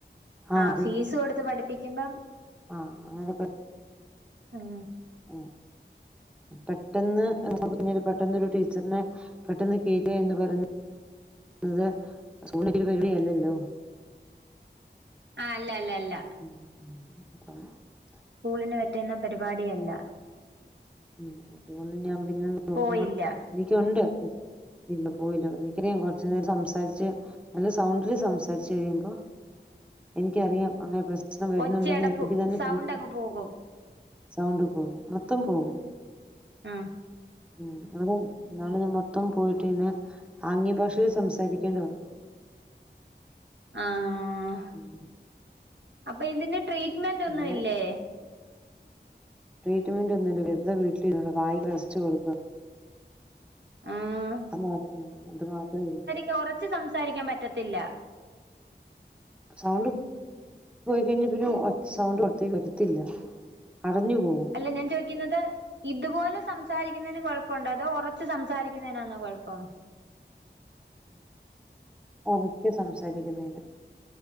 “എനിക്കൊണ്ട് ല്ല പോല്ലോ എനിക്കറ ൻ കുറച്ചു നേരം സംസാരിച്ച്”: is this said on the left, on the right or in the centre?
Centre